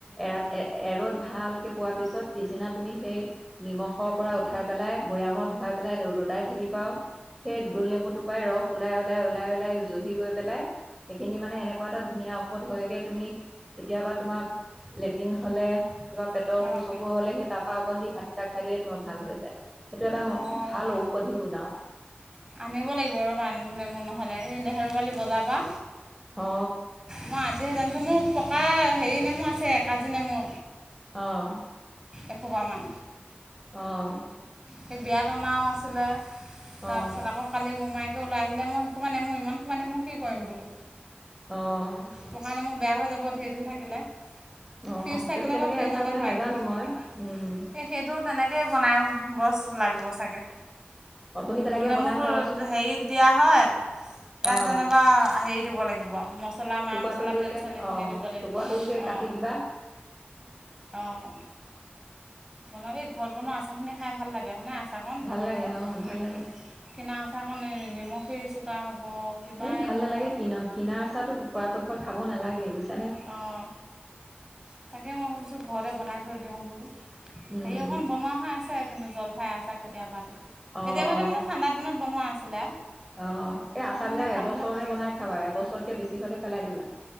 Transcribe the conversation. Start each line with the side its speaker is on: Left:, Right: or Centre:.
Centre: এৰাত এ-এৰ'দ ভালকে পোৱা পিছত পিছদিনা তুমি সেই নিমখ খৰ পৰা উঠাই পেলাই বৈয়ামত ধুৱাই পেলাই ৰ'দাই থাকিবা আউ সেই গোল নেমুটো পৰাই ৰস ওলাই ওলাই ওলাই ওলাই জহি গৈ পেলাই সেইখিনি মানে এনেকুৱা এটা ধুনীয়া ঔষধ হয়গৈ তুমি কেতিয়াবা তোমাৰ লেট্ৰিন হ'লে কিবা পেটৰ অসুখত-চসুখত
Right: অঁ
Centre: হ'লে সেই তাৰপৰা অকণ দি ভাতকেতা খাই দিলে তোমাৰ ভাল হৈ যায়। সেইটো এটা ম
Right: অঁ
Centre: ভাল ঔষধি গুন আউ।
Right: আনিব লাগিব ৰবা নেমু নহ'লে এই নেহেৰু পালি বজাৰৰ পৰা
Centre: অ।
Right: মই আজিহে জানিছোঁ মোৰ পকা হেৰি নেমু আছে কাজি নেমু।
Centre: অঁ
Right: এসোপামান
Centre: অ'
Right: সেই বিয়াত টনাও আছিলে
Centre: অ
Right: তাৰপিছত আকৌ কালি মোমাইকে ওলাই আহিলে মই সুপা মই ইমান সোপা নেমু কি কৰিম বোলো।
Centre: অঁ
Right: পকা নেমু বেয়া হৈ যাব ঢেৰ দিন থাকিলে
Centre: অ
Right: ফ্ৰিজ থাকিলে
Centre: সেইটো কেনেকে
Right: মই ফ্ৰিজতে
Centre: আচাৰ বনাই
Right: ভাত
Centre: নাজানো
Right: থৈ দিছো
Centre: মই উম
Right: সেইটো তেনেকেই বনাই বছ লাগিব চাগে
Centre: অ তুমি তেনেকে
Right: গুলনেমুটো
Centre: বনাই চাবাচোন
Right: হেৰিত দিয়া হয় ইয়াত
Centre: অ
Right: যেনিবা হেৰিত দিব লাগিব মছলা
Centre: টুকুৰা
Right: মা মছলা
Centre: টুকুৰিকে
Right: তেল চল এইখিনি
Centre: অ
Right: দিব লাগিব
Centre: টুকুৰা
Right: অঁ
Centre: টুকুৰিকে কাটি দিবা
Right: অঁ বনালেই ঘৰত বনোৱা আচাৰখিনি খাই ভাল লাগে হয়নোই আচাৰ কণ
Centre: ভাল
Right: ভাতৰ
Centre: লাগে
Right: লগত
Centre: অ ভাল লাগে
Right: কিনা আচাৰ কাৰণে নিমখেই চোকা হ'ব কিবাই
Centre: এই ভাল
Right: হ'ব
Centre: নালাগে কিনক কিনা আচাৰটো পৰাপক্ষত খাব নালাগে বুইছানে।
Right: অঁ তাকে মই ভাবিছো ঘৰতে বনাই থৈ দিও বোলো
Centre: উম
Right: হেৰি অকন বনোৱা হয় আছে কিন্তু জলফাই আছে কেতিয়াবাতে কেতিয়াবাতে
Centre: অ অ
Right: মানে ঠাণ্ডা দিনত বনোৱা আছিলে আৰু
Centre: অ এই আচাৰ
Right: সেইখিনি
Centre: বিলাক
Right: খাবলৈ
Centre: এবছৰলে
Right: হৈছে
Centre: বনাই
Right: চাগে।
Centre: খাবা এবছৰকে বেছি হলে পেলাই দিবা।